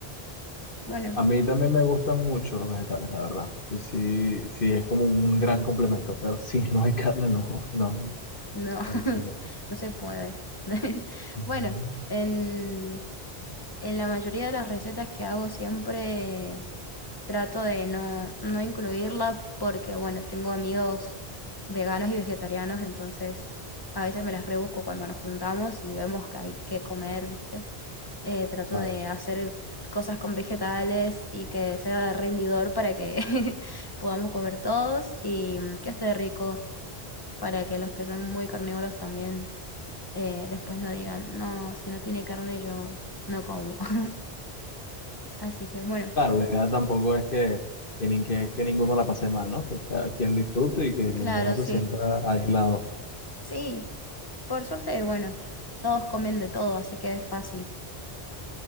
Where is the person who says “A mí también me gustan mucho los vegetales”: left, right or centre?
Left